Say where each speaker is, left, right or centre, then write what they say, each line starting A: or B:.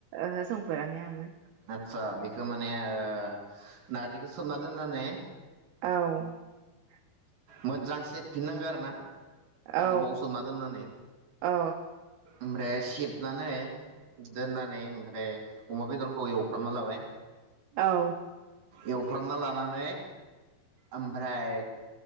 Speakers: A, on the right; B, on the right.
A: ओहो संफेराखै आङो
B: आतसा बेखौ माने ओ नार्जिखौ सोमना दोननानै
A: औ
B: मोजां सेबफिननांगो आरो ना
A: औ
B: गोबाव सोमना दोननानै
A: औ
B: ओमफ्राय सेबनानै दोननानै ओमफाय अमा बेदरख ओ एवफ्रामना लाबाय
A: औ
B: एवफ्रामना लानानै ओमफ्राय